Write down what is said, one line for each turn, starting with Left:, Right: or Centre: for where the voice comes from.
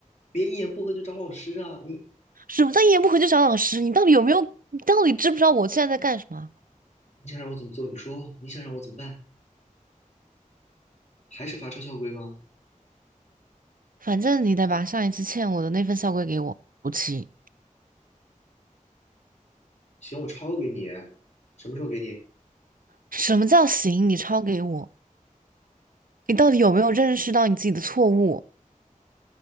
Left: 别一言不合就找老师啊！你
Right: 什么叫一言不合就找老师？你到底有没有？你到底知不知道我现在在干什么？
Left: 你想让我怎么做？你说你想让我怎么办？还是罚抄校规吗？
Right: 反正你得把上一次欠我的那份校规给我补齐。
Left: 行，我抄给你。什么时候给你？
Right: 什么叫行？你抄给我？你到底有没有认识到你自己的错误？